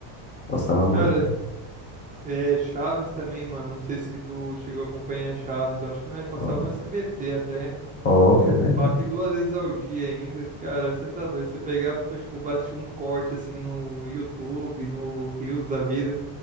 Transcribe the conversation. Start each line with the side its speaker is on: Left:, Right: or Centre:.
Left: Gostava muito.
Right: Cara, é Chaves também, mano. Não sei se tu chegou a acompanhar Chaves. Eu acho que não é, passava
Left: Ó-
Right: no SBT até.
Left: Óbvio, né, mano?
Right: Falar que duas vezes ao dia ainda. Cara, você tá doido. Você pegar pra, tipo, assistir um corte assim no YouTube, no Reels da vida.